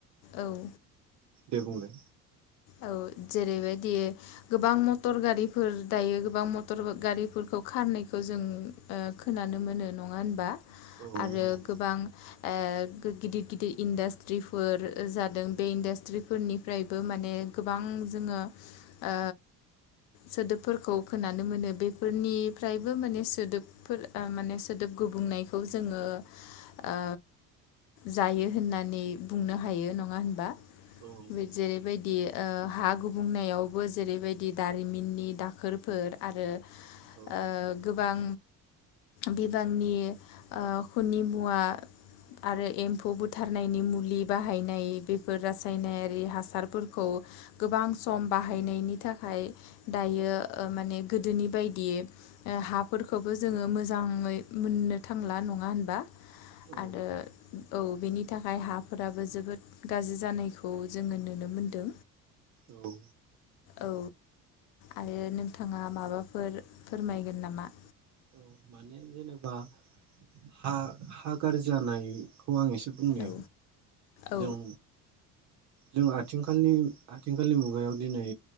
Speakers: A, on the left (about 45°); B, on the right (about 35°).
A: ओ औ।
B: दे बुंलाय?
A: औ जेरैबायदि गोबां मटर गारिफोर दायो गोबां मटर गारिफोरखौ खारनायखौ जों ओ खोनानो मोनो नङा होनबा?
B: औ
A: आरो
B: नंगौ
A: गोबां आ गो गिदिर गिदिर इन्डास्ट्रिफोर जादों बे इन्डास्ट्रिफोरनिफ्रायबो माने गोबां जोङो ओ सोदोबफोरखौ खोनानो मोनो बेफोरनिफ्रायबो माने सोदोबफोर ओ माने सोदोब गुबुंनायखौ जोङो ओ जायो होननानै बुंनो हायो नङा होनबा?
B: औ नंगौ
A: जेरैबायदि ओ हा गुबुंनायावबो जेरैबायदि दारिमिननि दाखोरफोर आरो
B: औ
A: ओ गोबां बिबांनि ओ खुनि मुवा आरो एम्फौ बुथारनायनि मुलि बाहायनाय बेफोर रासायनारि हासारफोर खौ गोबां सम बाहायनायनि थाखाय दायो ओ माने गोदोनि बायदि ओ हाफोरखौबो जोङो मोजाङै मोननो थांला नङा होनबा?
B: औ
A: आरो औ बेनि थाखाय हाफोराबो जोबोद गाज्रि जानायखौ जोङो नुनो मोन दो।
B: औ
A: औ आरो नोंथाङा माबाफोर फोरमायगोन नामा?
B: औ माने जेनेबा हा हागार जानाय खौ आं एसे बुंनि
A: औ औ
B: जों जों आथिंखालनि आथिंखालनि मुगायाव दिनै